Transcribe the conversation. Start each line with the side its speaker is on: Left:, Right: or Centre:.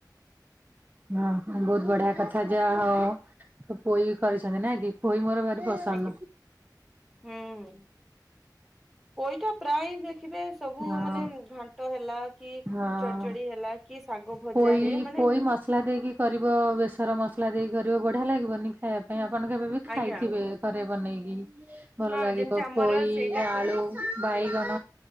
Right: ହଁ ବହୁତ ବଢିଆ କଥା ଯାହା ହଉ ପୋଇ ବି କରିଛନ୍ତି ନା କି ପୋଇ ମୋର ଭାରି ପସନ୍ଦ।
Centre: ଆଜ୍ଞା ହୁଁ ପୋଇ ତପ୍ରାୟ ଦେଖିବେ ସବୁ
Right: ହଁ
Centre: ମାନେ ଘାଣ୍ଟ ହେଲା କି
Right: ହଁ
Centre: ଚଢଚଡି ହେଲା କି ଶାଗ ଭଜାରେ
Right: ପୋଇ
Centre: ମାନେ
Right: ପୋଇ ମସଲା ଦେଇକି କରିବ ବେସର ମସଲା ଦେଇକି କରିବ ବଢ଼ିଆ ଲାଗିବନି ଖାଇବାକୁ କାଇଁ ଆପଣ କେବେ ବି ଖାଇଥିବେ
Centre: ଆଜ୍ଞା
Right: ଘରେ ବନେଇକି? ଭଲ
Centre: ହଁ
Right: ଲାଗିବ
Centre: ଯେମିତି ଆମର
Right: ପୋଇ
Centre: ସେଇଟାକୁ
Right: ଆଳୁ ବାଇଗଣ।